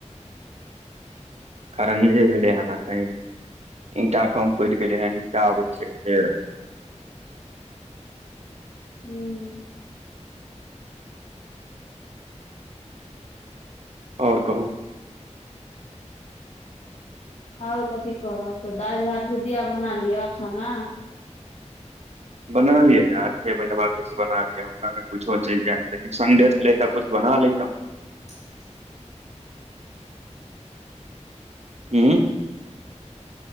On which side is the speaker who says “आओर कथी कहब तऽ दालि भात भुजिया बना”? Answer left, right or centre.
Left